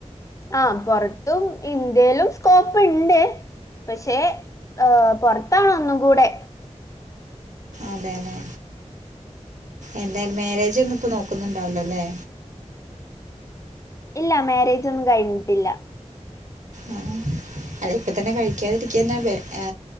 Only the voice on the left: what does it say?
ആഹ് പൊറത്തും ഇന്ത്യേലും സ്കോപ്പ്ണ്ട് പക്ഷേ പൊറത്താണൊന്നും കൂടെ
ഇല്ല മാരേജൊന്നും കഴിഞ്ഞിട്ടില്ല.